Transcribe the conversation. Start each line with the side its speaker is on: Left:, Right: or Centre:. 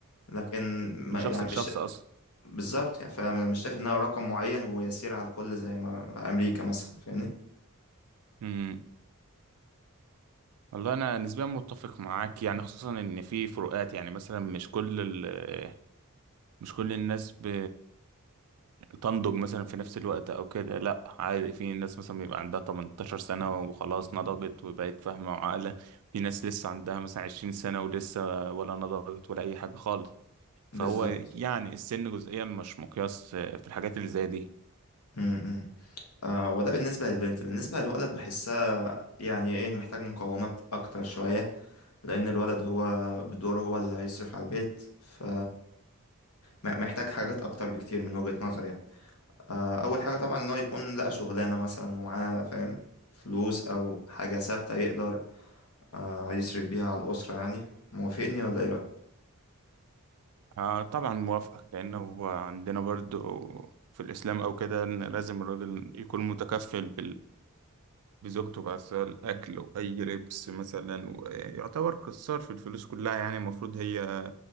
Left: لكن ما
Right: من شخص
Left: يعني
Right: لشخص
Left: مش
Right: اصلا
Left: بالظبط يعني فانا مش شايف انها رقم معين ويسير على الكل زي ما امريكا مثلا فاهمني
Right: مم. والله انا نسبيا متفق معاك يعني خصوصا ان في فروقات يعني مثلا مش كل ال- مش كل الناس ب... تنضج مثلا في نفس الوقت او كده لا عادي في ناس مثلا بيبقى عندها 18 سنة وخلاص نضجت وبقت فاهمة وعاقلة في ناس لسه عندها مثلا 20 سنة ولسه ولا نضجت ولا اي حاجة خالص
Left: بالظبط
Right: فهو يعني السن جزئيا مش مقياس في الحاجات اللي زي دي
Left: امم آه وده بالنسبه للبنت بالنسبه للولد بحسها يعني ايه محتاج مقومات اكتر شويه لان الولد هو بدوره هو اللي هيصرف على البيت ف م- محتاج حاجات اكتر بكتير من وجهه نظري يعني آه اول حاجه طبعا ان هو يكون لقى شغلانه مثلا ومعاه فاهم فلوس او حاجه ثابته يقدر آه يصرف بيها على الاسره يعني موافقني ولا ايه رايك
Right: آه طبعا موافقك لأن هو عندنا برضو في الإسلام أو كده إن لازم الراجل يكون متكفل بزوجته بقى سواء الأكل وأي لبس مثلا ويعتبر قصار في الفلوس كلها يعني المفروض هي